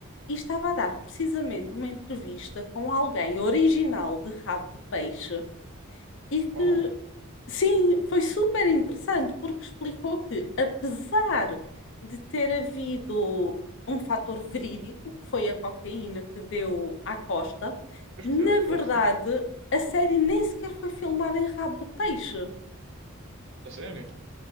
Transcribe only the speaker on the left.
E estava a dar precisamente uma entrevista com alguém original de rabo de peixe e que
Sim, foi super interessante porque explicou que, apesar de ter havido um fator verídico, que foi a cocaína que deu à Costa,
na
verdade a série nem sequer foi filmada em rabo de peixe.